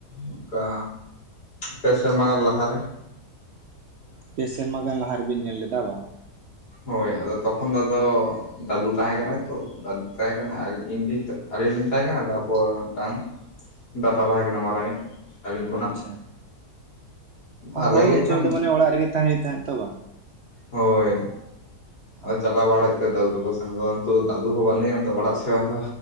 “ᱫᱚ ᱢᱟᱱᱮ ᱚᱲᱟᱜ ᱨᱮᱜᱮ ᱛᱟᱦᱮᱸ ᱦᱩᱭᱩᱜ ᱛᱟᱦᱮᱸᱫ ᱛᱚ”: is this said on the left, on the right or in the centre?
Right